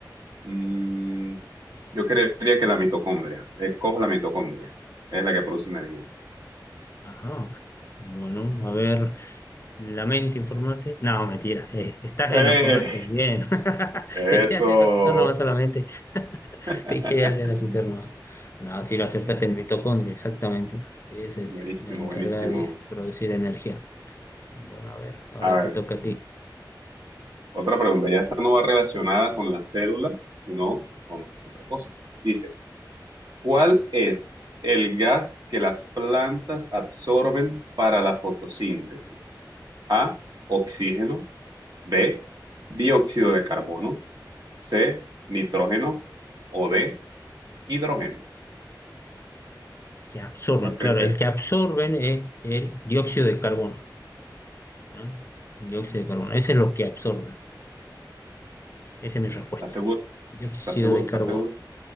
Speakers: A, on the right; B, on the left.
A: mm, yo creería que la mitocondria. Escojo la mitocondria, es la que produce energía.
B: Ajá. Bueno, a ver, lamento informarte. No, mentira, eh, estás
A: Eh,
B: en lo correcto, bien. <laughs>
A: eso.
B: Te quería hacer asustar nomás solamente. <laughs>
A: <laughs>
B: Te quería hacer acertar una. No, si lo acertaste en mitocondria, exactamente. Es eh,
A: Buenísimo,
B: la encargada
A: buenísimo.
B: de producir energía. Bueno, a ver, ahora
A: A ver,
B: te toca a ti.
A: otra pregunta. Ya esta no va relacionada con la célula, sino con otra cosa. Dice, ¿cuál es el gas que las plantas absorben para la fotosíntesis? A, oxígeno, B, dióxido de carbono, C, nitrógeno o D, hidrógeno.
B: Que absorben,
A: ¿Cuál crees
B: claro,
A: que
B: el
A: es?
B: que absorben es el dióxido de carbono, ¿no? Dióxido de carbono, ese es lo que absorben. Esa es mi respuesta.
A: ¿Estás seguro?
B: Dióxido
A: ¿Estás seguro?
B: de
A: ¿Estás
B: carbono.
A: seguro?